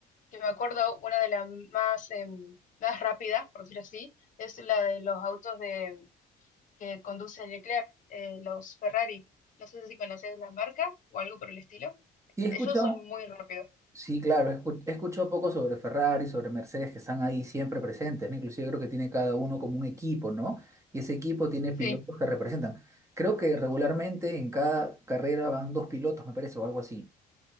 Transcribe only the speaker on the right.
Sí, he escuchado,
Sí, claro, he escu- he escuchado poco sobre Ferrari, sobre Mercedes, que están ahí siempre presentes, ¿no? Inclusive creo que tiene cada uno como un equipo, ¿no? Y ese equipo tiene pilotos
que representan. Creo que regularmente en cada carrera van dos pilotos, me parece, o algo así.